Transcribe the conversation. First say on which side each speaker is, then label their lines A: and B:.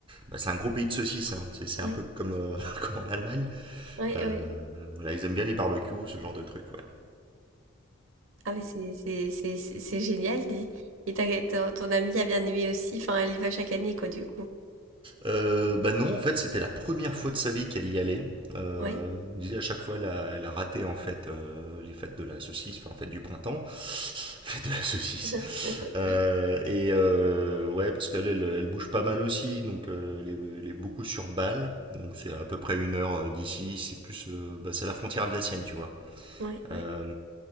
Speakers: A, on the right; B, on the right.
A: bah, c'est un gros pays de saucisses. hein. C'est c'est
B: Oui,
A: un peu comme euh, <laughs> comme en Allemagne.
B: oui,
A: Euh,
B: oui.
A: voilà, ils aiment bien les barbecues, ce genre de trucs. Ouais.
B: Ah, mais c'est c'est- c'est- c'est- c'est génial, dis. Et t'as- ton, ton amie a bien aimé aussi. Enfin, elle y va chaque année, quoi, du coup.
A: Euh, bah non, en fait, c'était la première fois de sa vie qu'elle y allait. Euh,
B: Oui.
A: elle me disait à chaque fois, elle a, elle a raté en fait euh, les fêtes de la saucisse, enfin fête du printemps, <laughs> fête de la saucisse.
B: <laughs>
A: Euh, et euh, ouais, parce qu'elle, elle, elle bouge pas mal aussi, donc euh, elle, est, elle est beaucoup sur Bâle, donc c'est à peu près une heure euh, d'ici. C'est plus, euh, bah, c'est la frontière alsacienne, tu vois.
B: Ouais, ouais.
A: Euh,